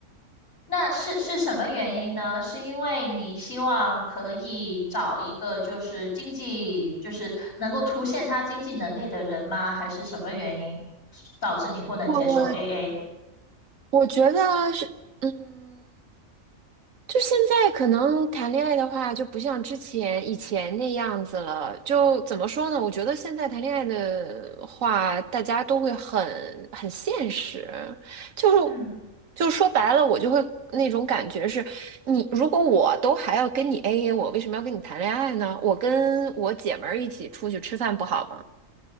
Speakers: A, on the left; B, on the right.
A: 那是是什么原因呢？是因为你希望可以找一个就是经济，就是能够凸显他经济能力的人吗？还是什么原因导致你不能接受
B: 我
A: AA？
B: 我觉得是，嗯，就现在可能谈恋爱的话，就不像之前以前那样子了。就怎么说呢？我觉得现在谈恋爱的话，大家都会很很现实，就是
A: 嗯。
B: 就说白了，我就会那种感觉是，你如果我都还要跟你 AA，我为什么要跟你谈恋爱呢？我跟我姐们儿一起出去吃饭不好吗？